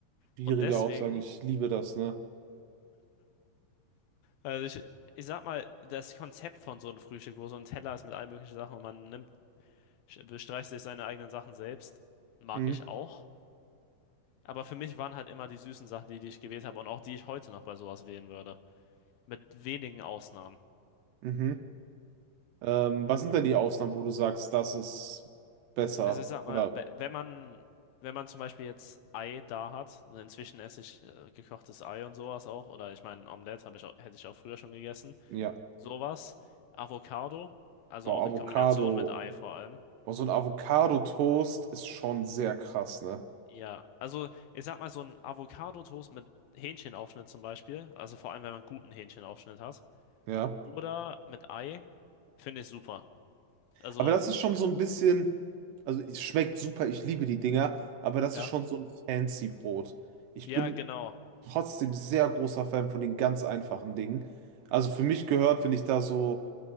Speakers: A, on the right (about 75°); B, on the left (about 80°).
A: schwierige
B: Und deswegen,
A: Aussagen. Ich liebe das, ne?
B: also ich, ich sag mal, das Konzept von so einem Frühstück, wo so ein Teller ist mit allen möglichen Sachen und man nimmt, bestreicht sich seine eigenen Sachen selbst, mag
A: Mhm.
B: ich auch. Aber für mich waren halt immer die süßen Sachen, die, die ich gewählt habe und auch die ich heute noch bei sowas wählen würde. Mit wenigen Ausnahmen.
A: Mhm. Ähm, was sind denn die Ausnahmen, wo du sagst, das ist besser?
B: Also ich sag mal,
A: Oder
B: we- wenn man, wenn man zum Beispiel jetzt Ei da hat, also inzwischen esse ich äh, gekochtes Ei und sowas auch, oder ich meine, Omelette habe ich auch, hätte ich auch früher schon gegessen.
A: ja,
B: Sowas, Avocado, also
A: boah,
B: auch
A: Avocado.
B: in Kombination mit Ei vor allem.
A: Boah, so ein Avocado-Toast ist schon sehr krass, ne?
B: Ja, also ich sag mal, so ein Avocado-Toast mit Hähnchenaufschnitt zum Beispiel, also vor allem, wenn man guten Hähnchenaufschnitt hat,
A: Ja.
B: oder mit Ei, finde ich super. Also,
A: Aber das ist schon so ein bisschen, also es schmeckt super, ich liebe die Dinger, aber das
B: ja,
A: ist schon so ein fancy Brot. Ich
B: ja,
A: bin
B: genau,
A: trotzdem sehr großer Fan von den ganz einfachen Dingen. Also für mich gehört, wenn ich da so